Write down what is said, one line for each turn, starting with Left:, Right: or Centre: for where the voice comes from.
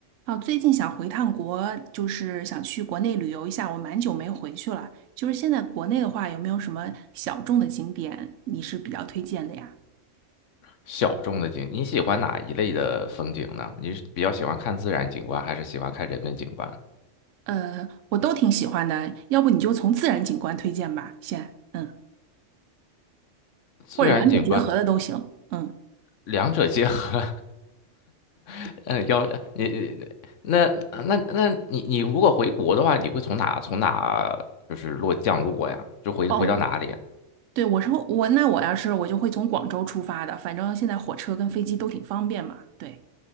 Right: 哦，最近想回趟国，就是想去国内旅游一下，我蛮久没回去了。就是现在国内的话，有没有什么小众的景点你是比较推荐的呀？
Left: 小众的景，你喜欢哪一类的风景呢？你是比较喜欢看自然景观，还是喜欢看人文景观？
Right: 呃，我都挺喜欢的，要不你就从自然景观推荐吧，先，嗯，
Left: 自然景观
Right: 或者两者结合的都行，嗯。
Left: 两者结合，<laughs> 嗯，要你你那那那你你如果回国的话，你会从哪从哪就是落降落呀？就回回到哪里啊？
Right: 哦，对，我说我，那我要是我就会从广州出发的，反正现在火车跟飞机都挺方便嘛。对